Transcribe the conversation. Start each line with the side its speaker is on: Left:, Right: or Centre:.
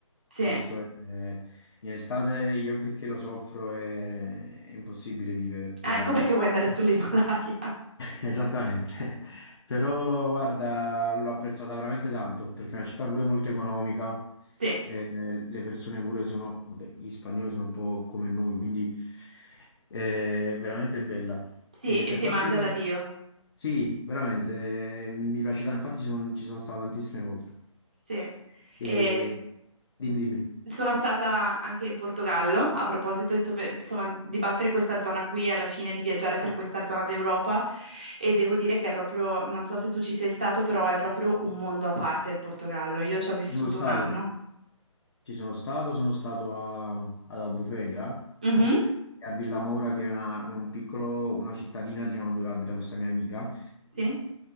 Right: sì,
Left: Questo è- in estate io che, che lo soffro è, è impossibile vivere per
Right: Ah, ecco
Left: me,
Right: perché vuoi andare sull'Himalaya. <laughs>
Left: Esattamente, <laughs> però guarda, l'ho apprezzata veramente tanto perché è una città pure molto economica,
Right: Sì,
Left: eh, le persone pure sono, vabbè, gli spagnoli sono un po' come noi, quindi è veramente bella.
Right: sì,
Left: E
Right: e
Left: per
Right: si
Left: quanto...
Right: mangia da Dio.
Left: Sì, veramente, eh, mi mi piace tanto, infatti ci sono, ci sono stato tantissime volte.
Right: Sì.
Left: E...
Right: E
Left: Dimmi, dimmi,
Right: Sono stata anche in Portogallo, a proposito, insomma, insomma, di battere questa zona qui e alla fine di viaggiare per questa zona d'Europa e devo dire che è proprio, non so se tu ci sei stato, però è proprio un mondo a parte il Portogallo. Io ci ho vissuto
Left: ci sono stato,
Right: un anno.
Left: ci sono stato, sono stato a- ad Albufeira.
Right: Mhm,
Left: è a Villamoura, che è una, un piccolo- una cittadina, diciamo, dove abita questa mia amica.
Right: Sì,